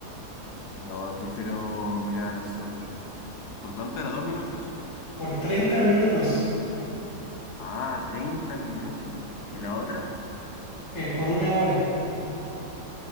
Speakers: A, on the left; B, on the left.
A: no, prefiero mirar al sol. ¿Por cuánto era? ¿Dos minutos?
B: Por 30 minutos,
A: Ah, 30 minutos. ¿Y la otra?
B: es por una hora.